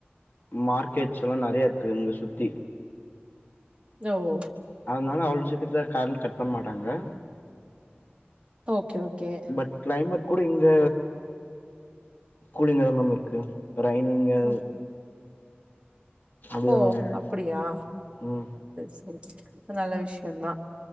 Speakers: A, on the left; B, on the right.
A: மார்க்கெட்ஸ்ல்லா நிறையா இருக்கு இங்க சுத்தி
B: என்ன ஓ
A: அதனால அவ்ளோ சீக்கிரத்துல கரண்ட் கட் பண்ண மாட்டாங்க
B: ஓகே ஓகே
A: பட் கிளைமேட் கூட இங்க கூலிங்கா தா மேம் இருக்கு ரைனிங்கு
B: ஆ,
A: அப்டிதா
B: ஓ
A: மேம் இருக்கு
B: அப்டியா
A: ம்
B: சேரி சேரி நல்ல விஷயம்தான்